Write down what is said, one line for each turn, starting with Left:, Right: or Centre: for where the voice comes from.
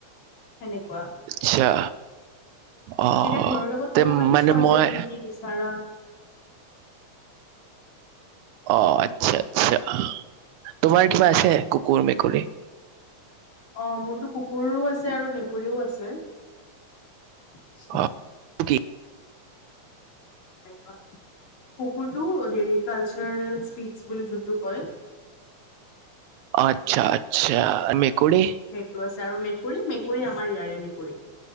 Left: হয় নেকি?
Right: আচ্ছা অ
Left: তুমি এতিয়া ঘৰৰ লগত
Right: তে
Left: কথা পাতি
Right: মানে
Left: চোৱা
Right: মই
Left: যে তুমি কি বিচাৰা।
Right: অ আচ্ছা, আচ্ছা তোমাৰ কিবা আছে, কুকুৰ-মেকুৰী?
Left: অ', মোৰতো কুকুৰো আছে আৰু মেকুৰীও আছে। <unintelligible>
Right: অ কি
Left: এনেকুৱা কুকুৰটো হেৰি কালচাৰেল স্পীচ্চ বুলি যোনটো কয়্
Right: অ আচ্ছা আচ্ছা। মেকুৰী
Left: সেইটো আছে। আৰু মেকুৰী মেকুৰী আমাৰ ইয়াৰে মেকুৰী।